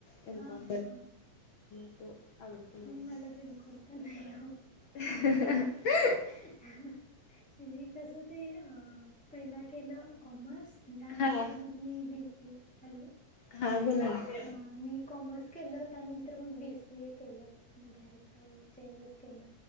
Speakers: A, on the left; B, in the centre.
A: हाां
B: हा हा हा
A: हा हा
B: मला बिलकुल
A: हं
B: पण नाही
A: हं हं
B: हीं हीं हा मी कस ते अ पहिला केलं कॉमर्स त्यानंतर
A: हा.
B: मग मी बेसी हॅलो!
A: हा बोला ना,
B: हा मी कॉमर्स केलं त्यानंतर मग बी सी ए केलं मी डयरेक्ट चेंजच केलं